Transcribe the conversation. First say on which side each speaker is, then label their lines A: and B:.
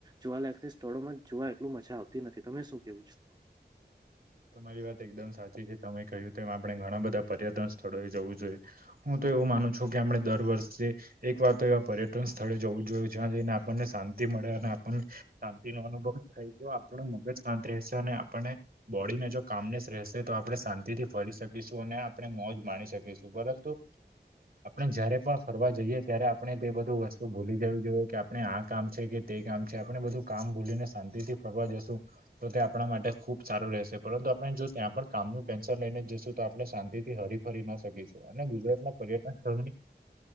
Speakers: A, on the right (about 25°); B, on the right (about 55°).
A: જોવા લયક સ્થળોમાં જોવા એટલું મજા આવતી નથી તમે શું કેવું છ.
B: તમારી વાત એકદમ સાચી છે તમે કહ્યું તેમ આપણે ઘણા બધા પર્યટન સ્થળોએ જવું જોઈએ હુ તો એવું માનું છુ. કે આપણે દર વર્ષે એક વાત તો એવા પર્યટન સ્થળે જવું જોયએ જ્યાં જઈને આપણને શાંતિ મળે અને આપણને શાંતિ નો અનુભવ થાય <unintelligible> આપણું મગજ શાંત રહેશે અને આપને બોડીને જો કામનેસ રહેશે તો આપણે શાંતિથી ફરી શકીશું અને આપણે મોજ માણી શકીશું પરંતુ આપણે જયારે પણ ફરવા જઈએે ત્યારે આપણે તે બધું વસ તો ભૂલી જવું જોઈએ કે આપણે આ કામ છે. કે તે કામ છે આપણે બધું કામ ભૂલીને શાંતિ થી ફરવા જશું તો તે આપણા માટે ખૂબ સારું રહેશે પરંતુ આપણે જો ત્યાં પણ કામનું ટેન્શન લઈને જશું તો આપણે શાંતિથી હરીફરી ના શકીશુ અને ગુજરાત ના પર્યટન સ્થળની